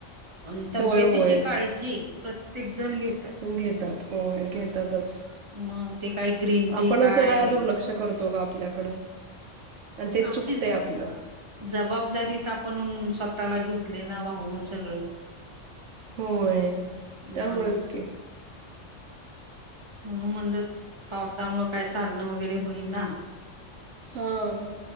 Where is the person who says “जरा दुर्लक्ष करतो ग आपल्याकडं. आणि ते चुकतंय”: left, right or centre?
Right